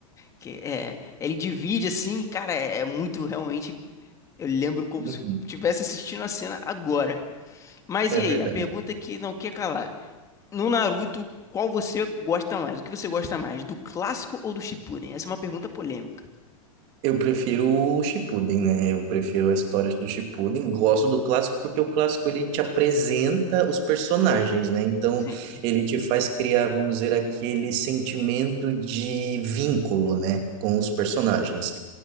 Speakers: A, on the left; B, on the right.
A: que é, ele divide assim, cara, é, é muito realmente. Eu lembro como
B: Uhum,
A: se eu estivesse assistindo a cena agora. Mas
B: É
A: e
B: verdade.
A: aí? A pergunta que não quer calar. No Naruto, qual você gosta mais? O que você gosta mais, do clássico ou do Shippuden? Essa é uma pergunta polêmica.
B: Eu prefiro o Shippuden, né? Eu prefiro a história do Shippuden. Gosto do clássico porque o clássico ele te apresenta os personagens, né? Então
A: Sim,
B: ele te faz criar, vamos dizer, aquele sentimento de vínculo, né, com os personagens.